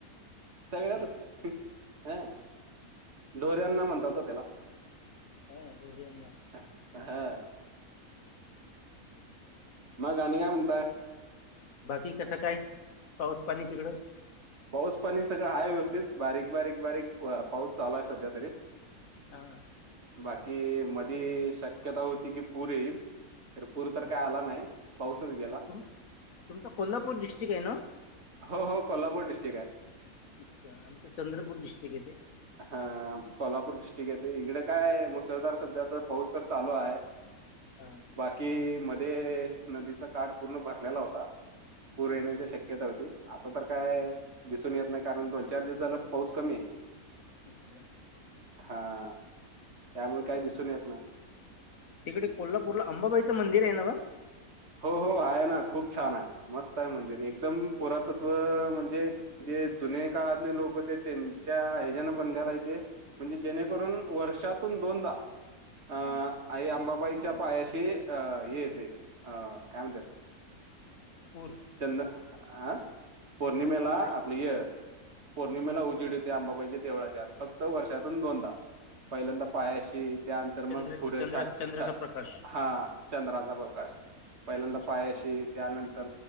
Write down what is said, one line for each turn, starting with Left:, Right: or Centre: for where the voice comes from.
Right: सगळ्यातच
Left: आहे ह
Right: हं हां ढोऱ्यांना म्हणतात वो त्याला
Left: हां ढोऱ्यांना.
Right: हा हं मग आणि काय म्हणताय?
Left: बाकी कसा काय पाऊस पाणी तिकडं?
Right: पाऊस पाणी सगळं हाय व्यवस्थित, बारीक बारीक बारीक पाऊस चालू आहे सध्या तरी.
Left: हां
Right: बाकी मधी शक्यता होती की पूर येईल तर पूर
Left: अच्छा
Right: तर काय आला नाही, पाऊसच गेला.
Left: तुम तुमचा कोल्हापूर डिस्ट्रिक आहे ना?
Right: हो हो कोल्हापूर डिस्ट्रिक्ट आहे.
Left: अच्छा आमचं चंद्रपूर डिट्रिक्ट येते.
Right: हा आमचं कोल्हापूर डिट्रिक्ट येते. इकडे काय मुसळधार सध्या तर पाऊस तर चालू आहे. <inaudible>
Left: हा ह
Right: कि मध्ये नदीचा काठ पूर्ण भरलेला होता, पूर येण्याच्या
Left: हा
Right: शक्य शक्यता होती आता तर काय दिसून येत नाही, कारण दोन चार दिवस झालं पाऊस कमी आहे.
Left: अच्छा.
Right: हां, त्यामुळे काही दिसून येत नाही.
Left: तिकडे कोल्हापूरला अंबाबाईचं मंदिर आहे नव्ह?
Right: हो हो आहे ना, खूप छान आहे. मस्त आहे मंदिर. एकदम पुरातत्व म्हणजे जे जुने काळातले लोक होते, त्यांच्या ह्याच्यान बनलेला आहे तेे. म्हणजे जेणेकरून वर्षातून दोनदा अ
Left: हा
Right: आई अंबाबाईच्या पायाशी अं हे येते, अं काय म्हणत्यात
Left: पूर
Right: चंद अं पौर्णिमेला
Left: काय
Right: आपली ह्य पौर्णिमेला उजीड येतोय अंबाबाईच्या देवळाच्यात, फक्त वर्षातून दोनदा. पहिल्यांदा पायाशी
Left: अच्छा
Right: त्यानंतर
Left: चंद्राची
Right: मग पुढं
Left: चंद्र
Right: छ
Left: चंद्राचा
Right: छ
Left: प्रकाश
Right: हा चंद्राचा प्रकाश पहिल्यांदा
Left: अच्छा
Right: पायाशी त्यानंतर